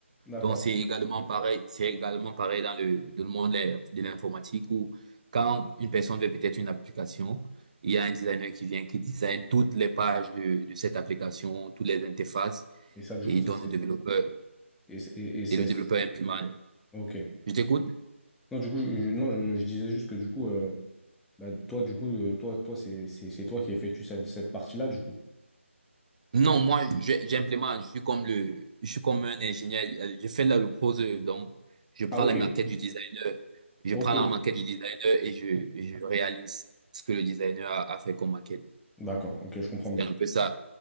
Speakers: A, in the centre; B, on the right (about 35°).
A: d'accord.
B: Donc, c'est également pareil, c'est également pareil dans le, dans le monde de l'in- de l'informatique où quand une personne veut peut-être une application, il y a un designer qui vient, qui design toutes les pages de, de cette application, toutes les interfaces
A: Et ça, du
B: et
A: coup,
B: il
A: ça,
B: donne
A: c'est.
B: au développeur
A: Et, c'est- et, et c'est.
B: et le développeur implémente.
A: Ok.
B: Je t'écoute?
A: Non, du coup, je, je- non, je, je disais juste que du coup, euh, bah, toi, du coup, euh, toi, toi, c'est c'est- c'est toi qui effectue cette, cette partie-là, du coup.
B: Non, moi, je- j'implémente, je suis comme le, je suis comme un ingénieur, euh, je fais la le proseur, donc je prends
A: Ah, ok,
B: la maquette du designer, je
A: ok,
B: prends la
A: ok.
B: maquette du designer et je, et je réalise ce que le designer a, a fait comme maquette.
A: D'accord, ok, je comprends
B: C'est
A: mieux.
B: un peu ça.